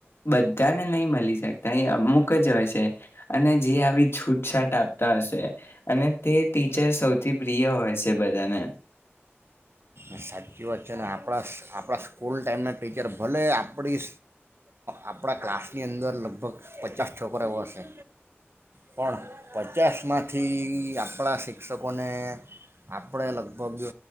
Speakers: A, on the left (about 65°); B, on the right (about 60°).
A: બધાને નહી મલી શકતા એ અમુક જ હોય છે અને જે આવી છૂટછાટ આપતા હશે અને તે ટીચર સૌથી પ્રિય હોય છે બધાને
B: સાચી વાત છે ને આપણા આપણા સ્કૂલ ટાઈમના ટીચર ભલે આપણી આપણા ક્લાસની અંદર લગભગ પચાસ છોકરા હશે પણ પચાસમાંથી આપણા શિક્ષકોને આપણે લગભગ